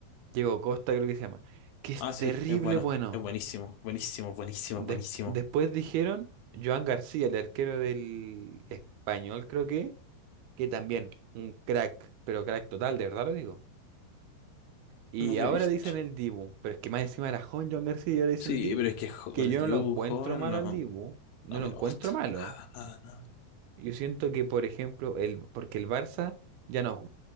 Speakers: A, on the right (about 85°); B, on the left (about 80°).
A: Diego Costa creo que se llama, que es
B: Ah, sí,
A: terrible
B: es bueno,
A: bueno.
B: es buenísimo, buenísimo, buenísimo,
A: Des-
B: buenísimo.
A: después dijeron Joan García, el arquero del español creo que, que también un crack, pero crack total, de verdad lo digo. Y
B: No lo
A: ahora
B: he visto.
A: dicen el Dibu, pero es que más encima era joven John García y ahora dicen
B: Sí,
A: el Dibu,
B: pero es que jo-
A: que
B: el
A: yo
B: Dibu
A: no lo encuentro
B: joven
A: malo
B: no,
A: al Dibu,
B: a
A: no
B: mí
A: lo encuentro
B: no me gusta.
A: malo.
B: Nada, nada, nada.
A: Yo siento que, por ejemplo, el, porque el Barça ya no,